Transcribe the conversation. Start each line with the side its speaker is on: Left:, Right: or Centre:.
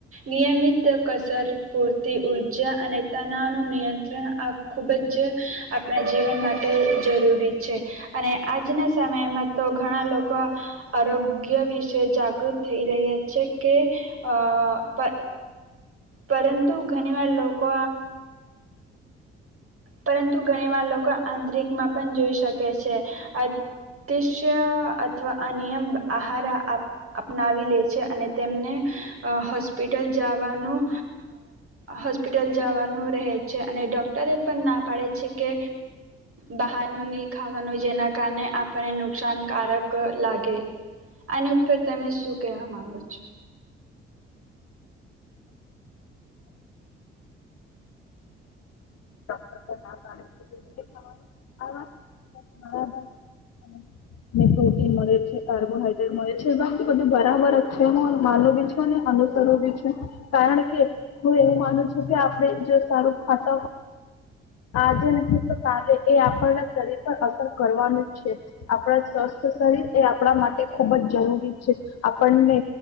Right: નિયમિત કસર, પૂરતી ઉર્જા અને તનાવનું‌ નિયંત્રણ આ ખુબ જ આપણાં જીવન માટે જરૂરી છે અને આજના સમયમાં તો ઘણાં લોકો આરોગ્ય વિશે જાગૃત થઈ રહ્યા છે કે, અ પરંતુ ઘણી વાર લોકો પરંતુ ઘણીવાર લોકો આંતરિકમાં પણ જોઈ શકે છે. અતિશ્ય અથવા અનિયમ આહાર અપનાવી લે છે અને તેમને હોસ્પિટલ જવાનું હોસ્પિટલ જવાનું રહે છે અને ડોક્ટરે પણ ના પાડે છે કે, બહારનું નહી ખાવાનું જેના કારણે આપણને નુકસાનકારક લાગે આની ઉપર તમે શું કહેવા માંગો છો?
Left: પર ના પાડે છે તે નથી ખાવાનું આ વાત બધી બરાબર છે. ને પ્રોટીન મળે છે, કાર્બોહાઈડ્રેટ મળે છે, બા બધું બરાબર જ છે હું માનું બી છું ને અનુસરું બી છું. કારણ કે હું એવું માનું છું કે આપડ જો સારું ખાતા હો આજે ન તો કાલે એ આપના શરીર પર અસર કરવાનું જ છે, આપણા સ્વસ્થ શરીર એ આપણા માટે ખુબ જ જરૂરી છે આપણને